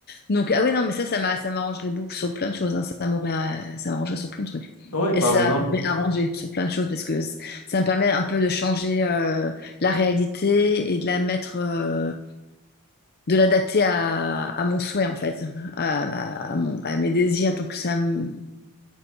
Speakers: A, on the left (about 45°); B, on the left (about 75°).
A: Donc, ah oui, non, mais ça, ça m'a, ça m'arrangerait beaucoup sur plein de choses. hein. Ça m'aurait, euh, ça m'arrangerait sur plein de trucs.
B: Oui,
A: Et
B: par
A: ça
B: exemple.
A: m'aurait arrangé sur plein de choses parce que c- ça me permet un peu de changer euh, la réalité et de la mettre. euh, de l'adapter à, à mon souhait, en fait, à, à- à mon, à mes désirs. Donc, ça me.